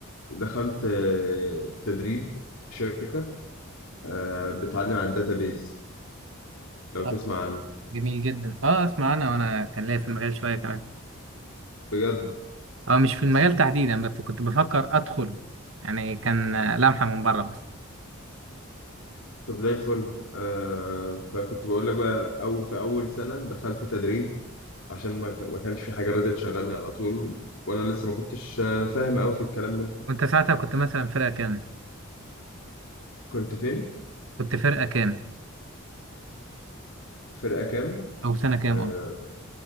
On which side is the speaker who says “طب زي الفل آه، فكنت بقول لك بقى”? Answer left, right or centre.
Left